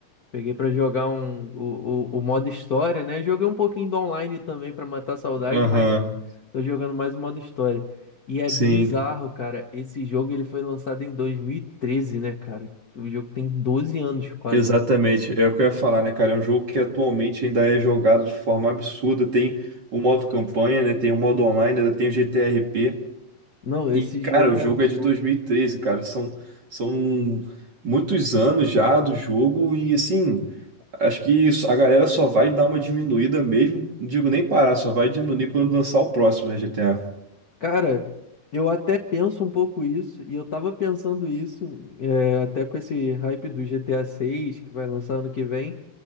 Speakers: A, on the left; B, on the right.
A: Peguei pra jogar um, o, o, o modo história, né? Joguei um pouquinho do online também pra matar a saudade,
B: Aham,
A: mas tô jogando mais o modo história. E é
B: sim,
A: bizarro, cara. Esse jogo ele foi lançado em 2013, né, cara? O jogo tem 12 anos quase.
B: exatamente. É o que eu ia falar, né, cara? É um jogo que atualmente ainda é jogado de forma absurda. Tem o modo campanha, né? Tem o modo online, ainda tem o GTRP.
A: Não, esse
B: E, cara,
A: jogo
B: o
A: é
B: jogo
A: absurdo.
B: é de 2013, cara. São, são muitos anos já do jogo e, assim, acho que isso- a galera só vai dar uma diminuída mesmo. Não digo nem parar, só vai diminuir quando lançar o próximo, né, GTA?
A: Cara, eu até penso um pouco isso, e eu tava pensando isso, é, até com esse hype do GTA 6 que vai lançar ano que vem.